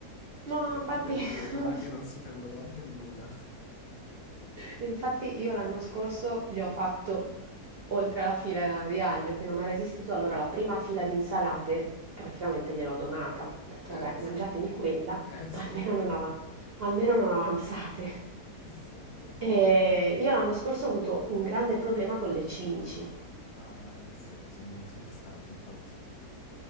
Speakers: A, on the right; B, on the left.
A: No,
B: Le,
A: infatti
B: le, le lumache
A: <laughs>
B: non si fermano davanti a nulla.
A: Infatti io l'anno scorso gli ho fatto, oltre alla fila di aglio che non ha resistito, allora la prima fila di insalate praticamente gliel'ho donata. Ho detto,
B: Eh
A: vabbè,
B: sì,
A: mangiatemi quella,
B: eh sì.
A: ma almeno non, ava- ma almeno non avanzate.
B: <laughs>
A: E io l'anno scorso ho avuto un grande problema con le cimici
B: Ah, eh sì, sono molto infestanti, infatti.